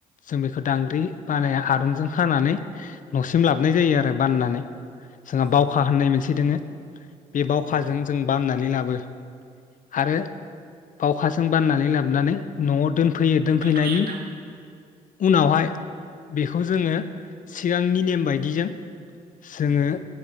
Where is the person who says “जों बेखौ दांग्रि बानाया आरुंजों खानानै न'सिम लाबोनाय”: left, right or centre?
Left